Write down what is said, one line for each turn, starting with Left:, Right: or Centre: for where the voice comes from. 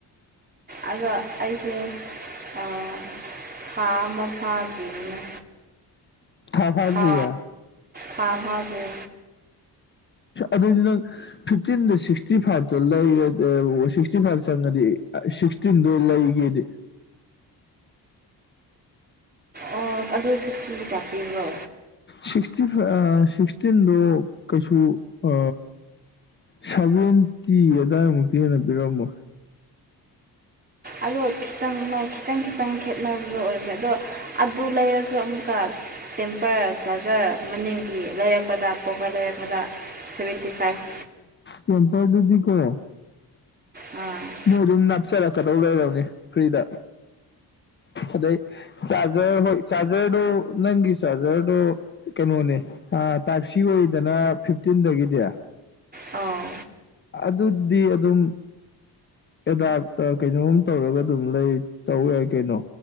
Right: ꯑꯗꯣ ꯑꯩꯖꯦ ꯑ ꯊꯥ ꯑꯃ ꯐꯥꯗꯔꯤꯅꯦ
Left: ꯊꯥ ꯐꯥꯗ꯭ꯔꯤꯌꯦ
Right: ꯑ ꯊꯥ ꯐꯥꯗ꯭ꯔꯤ
Left: ꯑꯗꯨꯗꯤ ꯅꯪ ꯐꯤꯞꯇꯤꯟꯗ ꯁꯤꯛꯁꯇꯤ ꯐꯥꯏꯚꯇ ꯂꯩꯔ ꯑ ꯁꯤꯛꯁꯇꯤ ꯐꯥꯏꯚ ꯆꯪꯉꯗꯤ ꯑ ꯁꯤꯛꯁ ꯇꯤꯟꯗꯣ ꯂꯩꯒꯦꯗꯤ
Right: ꯑ ꯑꯗꯨ ꯁꯤꯛꯁꯇꯤꯟꯗꯤ ꯀꯌꯥ ꯄꯤꯕ꯭ꯔꯣ
Left: ꯁꯤꯛꯁꯇꯤ ꯐꯥ ꯑ ꯁꯤꯛꯁꯇꯤꯟꯗꯣ ꯀꯩꯁꯨ ꯑ ꯁꯚꯦꯟꯇꯤ ꯑꯗꯨꯋꯥꯏꯃꯨꯛꯇꯤ ꯍꯦꯟꯅ ꯄꯤꯔꯝꯃꯣ
Right: ꯑꯗꯣ ꯈꯤꯇꯪꯃ ꯈꯤꯇꯪ ꯈꯤꯇꯪ ꯈꯦꯠꯅꯕ ꯗꯣ ꯑꯣꯏꯕꯅꯦ ꯑꯗꯣ ꯑꯗꯨ ꯂꯩꯔꯁꯨ ꯑꯃꯨꯛꯀ ꯇꯦꯝꯄꯔ ꯆꯥꯔꯖꯔ ꯃꯅꯤꯡꯒꯤ ꯂꯩꯔꯛꯄꯗ ꯀꯣꯕꯔ ꯂꯩꯔꯛꯄꯗ ꯁꯚꯦꯟꯇꯤ ꯐꯥꯏꯚ
Left: ꯇꯦꯝꯄꯔꯗꯨꯗꯤ ꯀꯣ
Right: ꯑ
Left: ꯃꯣꯏ ꯑꯗꯨꯝ ꯅꯞꯆꯔꯛꯀꯗꯧ ꯂꯩꯔꯕꯅꯤ ꯐ꯭ꯔꯤꯗ ꯑꯗꯩ ꯆꯥꯖꯔ ꯍꯣꯏ ꯆꯥꯖꯔꯗꯣ ꯅꯪꯒꯤ ꯆꯥꯖꯔꯗꯣ ꯀꯩꯅꯣꯅꯦ ꯑ ꯇꯥꯏꯞ ꯁꯤ ꯑꯣꯏꯔꯤꯗꯅ ꯐꯤꯞꯇꯤꯟꯗꯒꯤꯗꯤ
Right: ꯑꯣ
Left: ꯑꯗꯨꯗꯤ ꯑꯗꯨꯝ ꯑꯦꯗꯥꯞ ꯀꯩꯅꯣꯝ ꯇꯧꯔꯒ ꯑꯗꯨꯝ ꯂꯩ ꯇꯧ ꯌꯥꯏ ꯀꯩꯅꯣ